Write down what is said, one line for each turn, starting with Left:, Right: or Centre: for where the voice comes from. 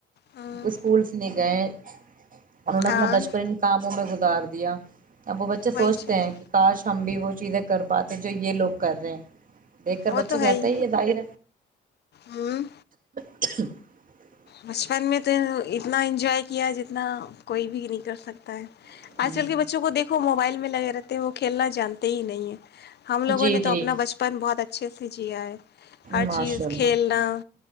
Left: ہوں
Right: اسکولس نہیں گئے انہوں نے
Left: ہاں
Right: اپنا بچپن کاموں میں گزار دیا ودیا اب وہ بچے
Left: وہی
Right: سوچتے
Left: چیز
Right: ہیں کہ کاش ہم بھی ہو چیزیں کر پاتے ہیں جو یہ لوگ کر رہے ہیں دیکھ کر
Left: وہ
Right: بچہ
Left: تو
Right: کہتا
Left: ہے ہی
Right: یہ ظاہر
Left: ہوں
Right: <unintelligible>
Left: بچپن میں تو اتنا انجوائے کیا جتنا کوئی بھی نہیں کر سکتا ہے
Right: ہے
Left: آج کل کے بچوں کو دیکھو موبائل میں لگے رہتے ہیں وہ کھیلنا جانتے ہی نہیں ہے ہم لوگوں
Right: جی
Left: نے
Right: جی
Left: تو اپنا بچپن بہت اچھے سے جیا ہے ہر
Right: ماشاء
Left: چیز
Right: اللہ
Left: کھیلنا